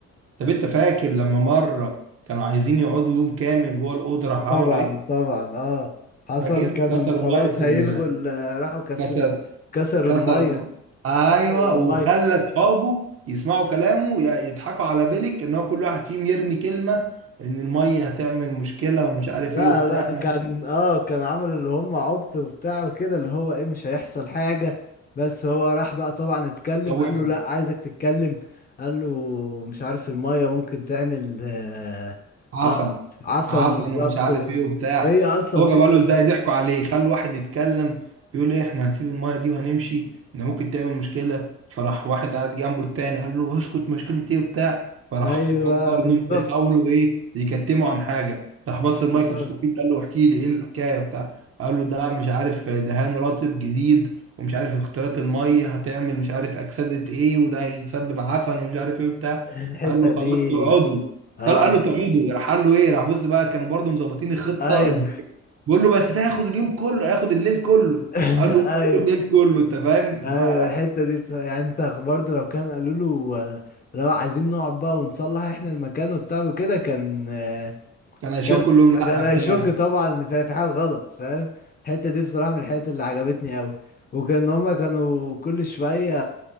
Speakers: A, on the right (about 50°); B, on the left (about 30°).
A: طب انت فاكر لما مره كانوا عايزين يقعدوا يوم كامل جوه الاوضه راح عملوا
B: طبعا
A: ايه
B: طبعا اه حصل
A: فاكر
B: كان
A: كسروا
B: خلاص
A: ميه
B: هيلغوا
A: ال...
B: ال- راحوا كسر
A: كسر
B: كسروا
A: كسر
B: المية
A: م... ايوه
B: كسروا المية
A: وخلى اصحابه يسمعوا كلامه ي- يضحكوا على بيلك ان هو كل واحد فيهم يرمي كلمه ان الميه هتعمل مشكله ومش عارف
B: لا
A: ايه وبتاع
B: لا كان اه كان عامل اللي هم عبط وبتاع وكده اللي هو ايه مش هيحصل حاجة بس هو راح بقى طبعا اتكلم
A: وخوفه
B: قال له لا عايزك تتكلم قال له مش عارف المية ممكن تعمل اه,
A: عفن
B: آه عفن
A: عفن
B: بالظبط
A: ومش عارف
B: و-
A: ايه وبتاع
B: وهي اصلا
A: هو
B: فكرة
A: جاب له ازاي ضحكوا عليه خلوا واحد يتكلم بيقول ايه احنا هنسيب المايه دي وهنمشي ان ممكن تعمل مشكله فراح واحد قاعد جنبه التاني قال له اسكت مشكله ايه وبتاع فراح
B: ايوه
A: خد بالهم
B: بالظبط
A: انهم بيحاولوا ايه يكتموا عن حاجه راح بص لمايكل
B: بالظبط
A: سكوفيلد قال له احكي لي ايه الحكايه بتاع قال له ده مش عارف دهان رطب جديد ومش عارف اختلاط الميه هتعمل مش عارف اكسده ايه وده هيسبب عفن ومش عارف ايه بتاع
B: الحتة
A: قال له خلاص
B: دي
A: تقعدوا
B: اه
A: قال قال له تقعدوا راح قال له ايه راح بص بقى كانوا برضو مظبطين الخطه
B: ايوه
A: ازاي بيقول له بس ده هياخد اليوم كله هياخد الليل كله
B: <laughs>
A: قال له هياخد
B: ايوه
A: الليل كله انت فاهم
B: ايوه
A: لا لا
B: الحته دي بص... يعني انت برضه لو كان قالوا له آه، لو عايزين نقعد بقى ونصلح احنا المكان وبتاع وكده كان آه،
A: كان هيشك
B: كان
A: كلهم
B: كان
A: لا بتاع
B: هيشك طبعا إن في في حاجه غلط فاهم الحته دي بصراحه من الحاجات اللي عجبتني قوي وكان هما كانوا كل شويه